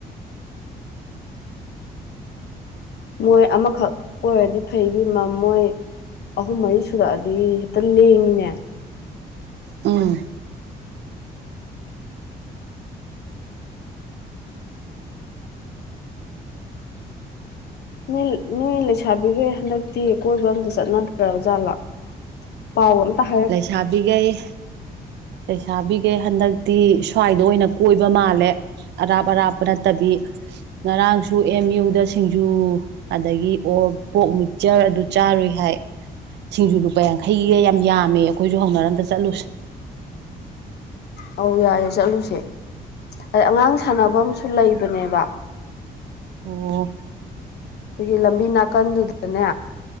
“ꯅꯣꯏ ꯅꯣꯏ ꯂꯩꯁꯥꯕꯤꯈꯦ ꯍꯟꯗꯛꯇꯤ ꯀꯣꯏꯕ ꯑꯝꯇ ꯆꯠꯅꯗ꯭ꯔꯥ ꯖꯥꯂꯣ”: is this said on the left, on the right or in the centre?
Left